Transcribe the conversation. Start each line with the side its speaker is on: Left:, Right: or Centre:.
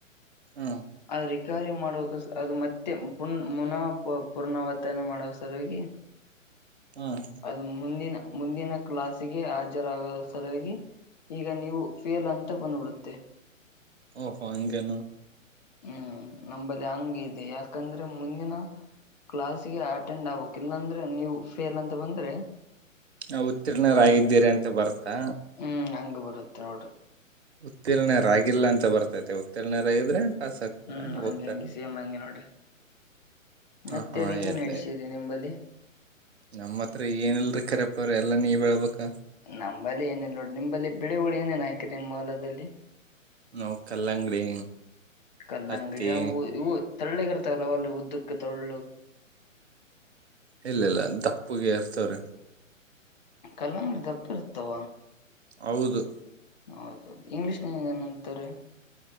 Right: ಹಾ
Left: ಅದು ರಿಕವರಿ ಮಾಡುವಕ ಅದು ಮತ್ತೆ ಪು ಮುನ ಪ ಪುನರಾವರ್ತನೆ ಮಾಡುವ ಸಲುವಾಗಿ
Right: ಹ್ಮ್
Left: ಅದು ಮುಂದಿನ ಮುಂದಿನ ಕ್ಲಾಸಿಗೆ ಹಾಜರಾಗುವ ಸಲಾಗಿ ಈಗ ನೀವು ಫೇಲ್ ಅಂತ ಬಂದಬಿಡುತ್ತೆ
Right: ಓಹೋ ಹಂಗೇನು
Left: ಹ್ಮ್ ನಂಬಲ್ಲಿ ಹಂಗ ಇದೆ ಯಾಕಂದ್ರೆ ಮುಂದಿನ ಕ್ಲಾಸ್ಗೆ ಅಟೆಂಡ್ ಆಗ್ಬೇಕಕ್ ಇಲ್ಲಾಂದ್ರೆ ನೀವು ಫೇಲ್ ಅಂತ ಬಂದ್ರೆ
Right: ನಾ ಉತ್ತೀರ್ಣರಾಗಿದ್ದೀರಿ ಅಂತ ಬರ್ತಾ
Left: ಹ್ಮ್ ಹಂಗ ಬರುತ್ತೆ ನೋಡ್ರಿ
Right: ಉತ್ತೀರ್ಣ ರಾಗಿಲ್ಲ ಅಂತ ಬರ್ತೈತೆ ಉತ್ತೀರ್ಣರಾಗಿದ್ರೆ ಪಸ್ ಹಾಕ್ತಾರೆ
Left: ಹ್ಮ್ ಹಂಗೆ
Right: ಹೋಗ್ತಾರೆ
Left: ಹಂಗೆ ಸೇಮ್ ಹಂಗೆ ನೋಡ್ರಿ
Right: ಹ
Left: ಮತ್ತೆ
Right: ಹಾ
Left: ರೀ ಏನ್
Right: ಇಲ್ಲ
Left: ನಡ್ಸಿರಿ ನಿಂಬಲ್ಲಿ
Right: ನಮ್ಮತ್ರ ಏನಿಲ್ಲ ಕರೆಪ್ಪರೆ ನೀವೇ ಹೇಳಬೇಕು
Left: ನಂಬಲ್ಲಿ ಏನೇನು ನೋಡ್ ನಿಂಬಲ್ಲಿ ಬೆಳೆಗಳು ಏನೇನ್ ಹಾಕರಿ ನಿಮ್ಮ ಹೊಲದಲ್ಲಿ
Right: ನಾವು ಕಲ್ಲಂಗಡಿ
Left: ಕಅಂಗಡಿ
Right: ಹತ್ತಿ
Left: ಅಂಗಡಿ ಇವು ತಳ್ಳ್ಣಗಿರ್ತಲ್ಲ ಅಲ್ಲಿ ಉದ್ದಕ್ಕೆ ತೊಳ್ಳೊಳ್ಳು
Right: ಇಲ್ಲಲ್ಲ ದಪ್ಪಗೆ ಇರ್ತವ್ರ
Left: ಕಲ್ಲಂಗಡಿ ದಪ್ಪ ಇರ್ತವ
Right: ಹೌದು
Left: ಹೌದೌದು ಇಂಗ್ಲೀಷ್ ಏನಂತಾರೆ